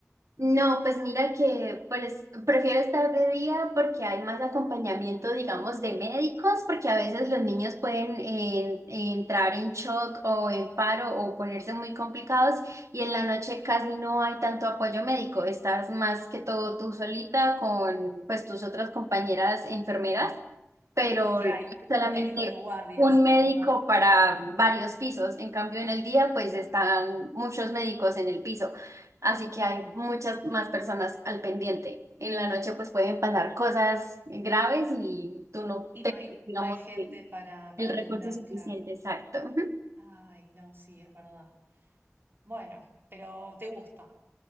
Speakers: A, on the right; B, on the right.
A: No, pues mira que pues, prefiero estar de día porque hay más acompañamiento, digamos, de médicos, porque a veces los niños pueden eh, entrar en shock o en paro o ponerse muy complicados y en la noche casi no hay tanto apoyo médico. Estás más que todo tú solita con pues tus otras compañeras enfermeras pero
B: Y que hay un
A: solamente
B: médico de guardia,
A: un
B: supongo,
A: médico
B: ¿no?
A: para varios pisos. En cambio, en el día, pues están muchos médicos en el piso, así que hay muchas más personas al pendiente. En la noche, pues pueden pasar cosas graves y tú no
B: Y
A: te,
B: no hay,
A: digamos,
B: no hay gente
A: el
B: para, para
A: el
B: atender,
A: recurso suficiente,
B: claro.
A: exacto.
B: Ay, no, sí, es verdad. Bueno, pero te gusta.